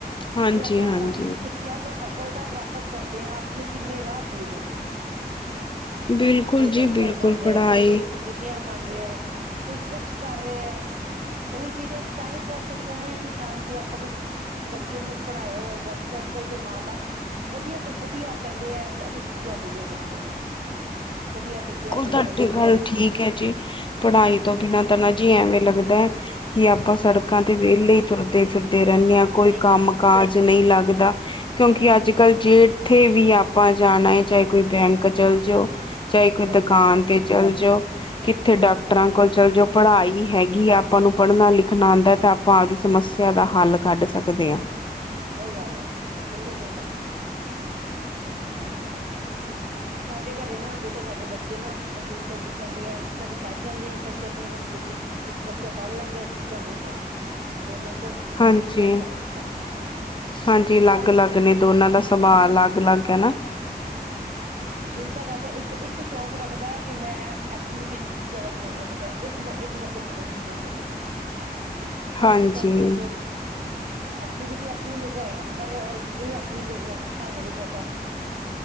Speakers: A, on the left (about 30°); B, on the right (about 50°).
A: ਹਾਂਜੀ-ਹਾਂਜੀ
B: ਜੇ ਆਪਾਂ ਸਿੱਖਿਆ ਤੋਂ ਸਫਲਤਾ ਪ੍ਰਾਪਤ ਕਰਦੇ ਹਾਂ ਆਪਣੇ ਕਿੰਨੇ ਰਾਹ ਖੁੱਲਦੇ ਨੇ
A: ਬਿਲਕੁਲ
B: ਕੋਈ
A: ਜੀ
B: ਡਾਕਟਰ
A: ਬਿਲਕੁਲ
B: ਬਣ
A: ਪੜ੍ਹਾਈ
B: ਰਿਹਾ ਕੋਈ ਇੰਜੀਨੀਅਰ ਬਣ ਰਿਹਾ ਕੋਈ ਕੁਛ ਕਰ ਰਿਹਾ ਹੈ। ਉਹੀ ਚੀਜ਼ ਤਾਂ ਹੀ ਕਰ ਸਕਦੇ ਨਾ ਇਨਸਾਨ ਜੇ ਆਪਾਂ ਕੁਛ ਬੱਚਿਆਂ ਨੂੰ ਪੜ੍ਹਾਇਆ ਹੋਏਗਾ ਕਿਉਂਕਿ ਅੱਜ ਕੱਲ ਦੇ ਮਾਂ ਬਾਪ ਵਧੀਆ ਤੋਂ ਵਧੀਆ ਕਹਿੰਦੇ ਆ ਅਸੀਂ ਸਿੱਖਿਆ ਦੇਈਏ ਬੱਚਿਆਂ ਨੂੰ ਵਧੀਆ ਵਿੱਦਿਆ
A: ਬਿਲਕੁਲ
B: ਦਈਏ
A: ਤੁਹਾਡੀ ਗੱਲ ਠੀਕ ਹੈ ਜੀ ਪੜ੍ਹਾਈ ਤੋਂ ਬਿਨਾਂ ਤਾਂ ਨਾ ਜੀ ਐਵੇਂ ਲੱਗਦਾ ਹੈ ਕੀ ਆਪਾਂ ਸੜਕਾਂ ਤੇ ਵਿਹਲੇ ਹੀ ਤੁਰਦੇ ਫਿਰ ਰਹਿੰਦੇ ਆਾਂ ਕੋਈ
B: ਸਹੀ
A: ਕੰਮ ਕਾਜ ਨਹੀਂ ਲੱਗਦਾ ਕਿਉਂਕਿ ਅੱਜ ਕੱਲ ਜੇ ਜਿੱਥੇ ਵੀ ਆਪਾਂ ਜਾਣਾ ਹੈ। ਚਾਹੇ ਕੋਈ ਬੈਂਕ ਚੱਲ ਜਾਓ ਚਾਹੇ ਕੋਈ
B: ਸਹੀ
A: ਦੁਕਾਨ
B: ਗੱਲ ਹੈ
A: ਤੇ ਚਲ ਜਾ ਜਾਓ ਕਿੱਥੇ ਡਾਕਟਰਾਂ ਕੋਲ ਚੱਲ ਜੋ ਪੜ੍ਹਾਈ ਹੈਗੀ ਆਪਾਂ ਨੂੰ ਪੜ੍ਹਨਾ ਲਿਖਣਾ ਆਉਂਦਾ ਤਾਂ ਆਪਾਂ ਆਪਦੀ ਸਮੱਸਿਆ ਦਾ ਹੱਲ ਕੱਢ ਸਕਦੇ ਹਾਂ।
B: ਸਹੀ ਗੱਲ ਹੈ। ਬਿਲਕੁਲ ਸਹੀ ਗੱਲ ਸਾਡੇ ਘਰੇ ਨਾ ਦੇਖੋ ਸਾਡੇ ਬੱਚੇ ਨਾ ਕਦੀ ਕਦੀ ਕਹਿੰਦੇ ਆ ਕਦੀ ਪੜ੍ਹ ਜਾਂਦੇ ਆ ਕਦੀ ਕਹਿੰਦੇ ਹੁਣ ਇੱਕ ਇੱਕ ਬੱਚਾ ਪੜ੍ਹ ਲੈਂਦਾ ਇੱਕ ਬੱਚਾ ਨਹੀਂ ਪੜ੍ਹਦਾ ਦੋਨਾਂ ਡਿਫਰਟ
A: ਹਾਂਜੀ
B: ਆ ਜਾਂਦਾ।
A: ਹਾਂਜੀ ਅਲੱਗ
B: ਤਾਂ ਹੀ
A: ਅਲੱਗ ਨੇ ਦੋਨਾਂ ਦਾ ਸੁਭਾਅ
B: ਹਾਂ
A: ਅਲੱਗ ਅਲੱਗ ਹੈਨਾ ।
B: ਦਿਲ ਤਾਂ ਕਰਦਾ ਇੱਕ -ਇੱਕ ਸ਼ੌਕ ਰੱਖਦਾ ਕਿ ਮੈਂ ਯੂਟੀ ਜ਼ਿਆਦਾ ਸ਼ੌਕ ਰੱਖਦਾ ਇੱਕ ਬੱਚਾ ਪੜ੍ਹਨ ਚ ਸ਼ੌਕ ਰੱਖਦਾ ਹੁਣ
A: ਹਾਂਜੀ
B: ਅਸੀਂ ਕਨਫਿਊਜ ਹੋ। ਐਕਟੀਵਿਟੀ ਆਪਣੀ ਜਗਾ ਹੈ ਪਰ ਇਹ ਆਪਣੀ ਜਗਾ ਤੁਹਾਨੂੰ ਵੀ ਪਤਾ ਹੈ। ਆਪਣੀ